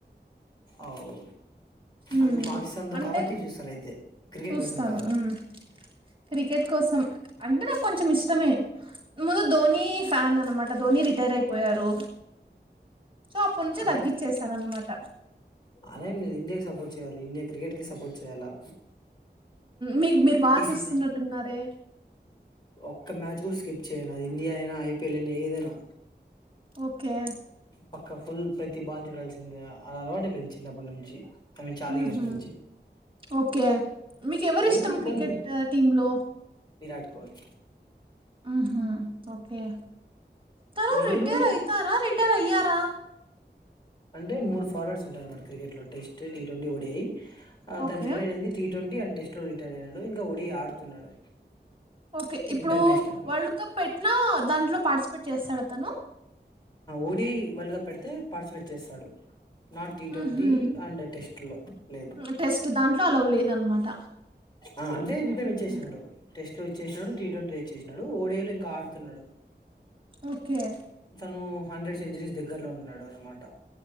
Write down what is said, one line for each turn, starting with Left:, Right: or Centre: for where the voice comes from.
Left: అవ్.
Right: ఉమ్
Left: అది పాకిస్థాన్ తో
Right: అంటే
Left: కాబట్టి చూస్తారు అయితే క్రికెట్
Right: చూస్తాను
Left: కోసం కాదు.
Right: ఉమ్ క్రికెట్ కోసం. అంటే నాకు కొంచెం ఇష్టమే. ముందు ధోని ఫ్యాన్ అనమాట ధోని రిటైర్ అయిపోయారు. సో అప్పటి నుంచి
Left: అంటే
Right: తగ్గిచ్చేసాను అనమాట
Left: అలా ఏం లేదు ఇండియాకి సపోర్ట్ చే. చేయాలి ఇండియా క్రికెట్ కి సపోర్ట్ చేయాలా.
Right: మీరు మీరు బాగా
Left: ఈ
Right: చూస్తున్నట్టున్నారే.
Left: సీజన్ ఒక్క మ్యాచ్ కూడా స్కిప్ చేయను. అది ఇండియా అయినా ఐపీఎల్ అయినా ఏదైనా.
Right: ఓకే.
Left: పక్క ఫుల్ ప్రతి బాల్ చూడాల్సిందే అలా అలవాటు అయిపోయింది చిన్నప్పటి నుంచి. ఐ మీన్ చాలా
Right: ఉహు
Left: ఇయర్స్ నుంచి.
Right: ఓకే మీకు ఎవరిష్టం
Left: మీరు కొన్
Right: క్రికెట్ టీమ్ లో.
Left: విరాట్ కోహ్లీ.
Right: ఆహ్ ఓకే తను
Left: మీరు
Right: రిటైర్ అయితారా రిటైర్ అయ్యారా.
Left: అంటే మూడు ఫార్మాట్స్ ఉంటాయి అన్నమాట క్రికెట్ లో టెస్ట్ టీ ట్వంటీ ఓడి అతను
Right: ఓకే.
Left: రిటైర్డ్ అయింది టీ. ట్వంటీ అండ్ టెస్ట్ లో రిటైర్ అయినాడు ఇంకా ఒడి ఆడుతున్నాడు.
Right: ఓకే ఇప్పుడు
Left: ఇంటర్నేషనల్
Right: వరల్డ్ కప్ పెట్టినా దాంట్లో పార్టిసిపేట్ చేస్తాడా అతను.
Left: ఓడి వరల్డ్ కప్ పెడితే పార్టిసిపేట్ చేస్తాడు. నాట్ టీ
Right: హుహు.
Left: ట్వంటీ And test. వాటిల్లో. లేదు
Right: హ్మ్. టెస్ట్ దాంట్లో అలౌ లేదనమాట.
Left: ఆహ్ అంటే రిటైర్మెట్
Right: హుహు.
Left: ఇచ్చేశాడు టెస్ట్. ఇచ్చేసినాడు టీ ట్వంటీ ఇచ్చేసినడు ఓడేళ్లు ఇంకా ఆడుతున్నాడు.
Right: ఓకే.
Left: టూ హండ్రెడ్ సెంచరీస్ దగ్గరలో ఉన్నాడు అనమాట